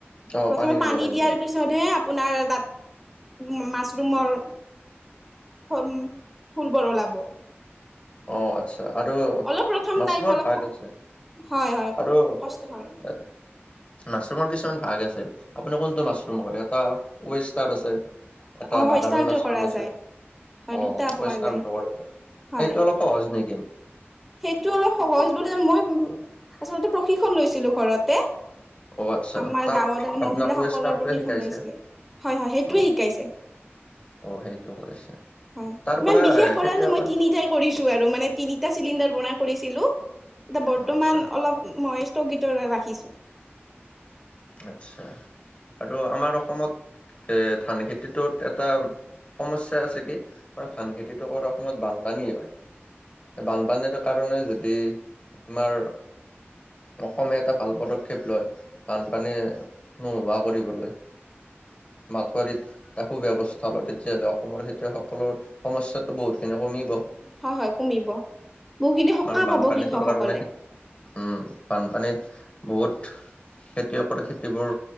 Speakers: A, on the left; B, in the centre.
A: অ',
B: প্ৰথমে
A: দিব
B: পানী
A: লাগিব
B: দিয়াৰ পিছতহে আপোনাৰ তাত মা মাছৰুমৰ ফ উম ফুলবৰ ওলাব।
A: অ', আচ্ছা আৰু
B: অলপ প্ৰথম
A: মাছৰুমৰ
B: টাইম অলপ
A: ভাগ আছে।
B: হয়, হয়,
A: আৰু
B: কষ্ট হয়।
A: এ, মাছৰুমৰ কিছুমান ভাগ আছে আপুনি কোনটো মাছৰুম কৰে এটা ৱেষ্টাদ আছে। এটা
B: অ
A: বাদামী
B: স্থানান্তৰ
A: মাছৰুম
B: কৰা
A: আছে
B: যায়
A: অ',
B: হয় দুটা পোৱা
A: ৱেষ্টাণটো
B: যায়
A: কৰে
B: হয়
A: সেইটো অলপ সহজ নিকি?
B: সেইটো অলপ সহজ বুলি মই আচলতে প্ৰশিক্ষন লৈছিলো ঘৰতে
A: অ আচ্ছা
B: আমাৰ
A: তাত
B: গাঁৱত এনে
A: আপোনাক
B: মহিলাসকলৰ
A: ৱেষ্টাৰটোৱে
B: প্ৰশিক্ষণ
A: শিকাইছে
B: লৈছিলে হয় হয় সেইটোৱে
A: অ
B: শিকাইছে
A: অ সেইটো কৰিছে
B: হয়
A: তাৰ
B: ইমান
A: পৰা
B: বিশেষ
A: এ,
B: কৰা
A: খেতিয়কৰ
B: নাই মই তিনিটাই কৰিছো আৰু মানে তিনিটা চিলিণ্ডাৰ বনাই কৰিছিলো এতিয়া বৰ্তমান
A: অ আচ্ছা
B: অলপ মই স্থগিত ৰাখিছো।
A: আচ্ছা আৰু আমাৰ অসমত এ ধান খেতিটোত এটা সমস্যা আছে কি মানে ধান খেতিটো কৰাৰ সময়ত বানপানী হয় বান পানীৰ কাৰণে যদি আমাৰ অসমে এটা ভাল পদক্ষেপ লয় বানপানী নোহোৱা কৰিবলৈ মাঠুৱাৰীত এটা সু ব্যৱস্থা লয় তেতিয়াহ'লে অসমৰ খেতিয়কসকলৰ সমস্যাটো বহুত তেনে কমিব আৰু
B: হয় হয় কমিব বহুখিনি সকাহ পাব
A: বানপানীটোৰ
B: কৃষকসকলে
A: কাৰণে উম, বানপানীত বহুত খেতিয়কৰ খেতিবোৰ